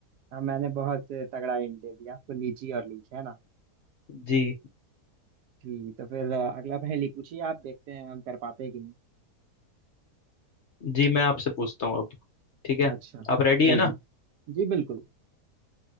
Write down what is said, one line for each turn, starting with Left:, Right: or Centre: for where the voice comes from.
Right: हाँ, मैंने बहुत तगड़ा हिंट दे दिया आपको लीची और लीच है ना
Left: जी
Right: जी तो फिर अ, अगला पहेली पूछिए आप देखते हैं हम कर पाते हैं कि नहीं
Left: जी मैं आपसे पूछता हूँ अब ठीक है
Right: अच्छा
Left: आप रेडी
Right: जी
Left: है ना
Right: जी जी बिल्कुल